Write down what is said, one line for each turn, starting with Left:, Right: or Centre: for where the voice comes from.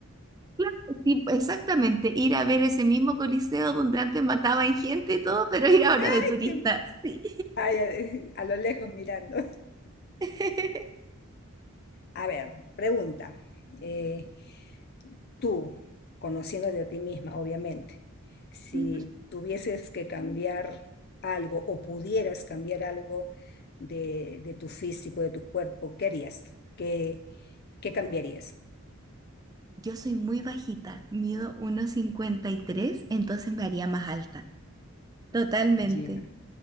Right: claro, sí, exactamente. Ir a ver ese mismo coliseo donde antes mataban gente y todo, pero ir ahora
Left: <laughs>
Right: de turista.
Left: Que-
Right: Sí.
Left: ay, eh, a, lo lejos mirando.
Right: <laughs>
Left: A ver, pregunta. eh, tú, conociéndote a ti misma, obviamente, si
Right: Ujú.
Left: tuvieses que cambiar algo o pudieras cambiar algo de, de tu físico, de tu cuerpo, ¿qué harías? ¿Qué, qué cambiarías?
Right: Yo soy muy bajita, mido uno cincuenta y tres, entonces me haría más alta. Totalmente,
Left: Ya.